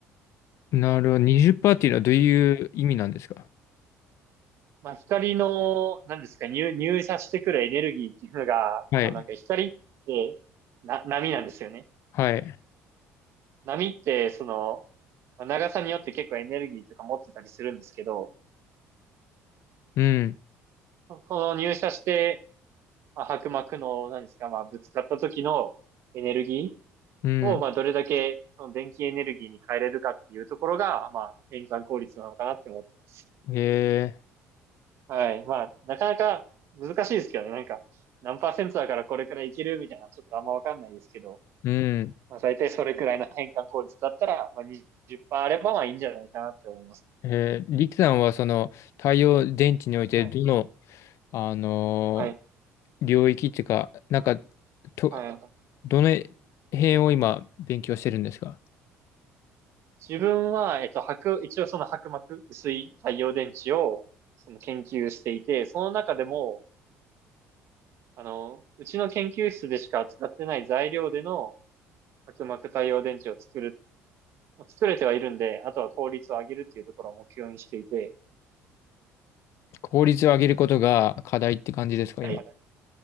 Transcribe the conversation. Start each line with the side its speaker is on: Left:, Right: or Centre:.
Left: なるほど。20%っパーセントっていうのはどういう意味なんですか
Right: うんまあ光の、何ですか、入、入射してくるエネルギーっていうのが、
Left: はい。
Right: あ、なんか光ってな、波なんですよね。
Left: はい。
Right: 波って、その、まあ長さによって結構エネルギーとか持ってたりするんですけど、
Left: うん。
Right: その入射してまあ、薄膜の、何ですか、まあ、ぶつかった時のエネルギ
Left: うん。
Right: ーを、まあ、どれだけ、その電気エネルギーに変えれるかっていうところが、まあ、変換効率なのかなって思ってます。
Left: へえ。
Right: はい。まあ、なかなか難しいですけどね。なんか、何パーセントだからこれくらいいけるみたいな、ちょっとあんまわかんないですけど、
Left: うん。
Right: まあ、大体それくらいの変換効率だったら、まあ、20%あれば、まあ、いいんじゃないかなって思います。
Left: えー、リキさんはその太陽電池においてどの、
Right: はい。
Left: あのー
Right: はい。
Left: 領域っていうか、なんか、と、
Right: はい。
Left: どの辺を今勉強してるんですか
Right: 自分は、えっと、白、一応その薄膜、薄い太陽電池を、その研究していて、その中でも、あの、うちの研究室でしか扱ってない材料での薄膜太陽電池を作る、作れてはいるんで、あとは効率を上げるっていうところを目標にしていて、
Left: 効率を上げることが課題って感じですか、
Right: はい。
Left: 今。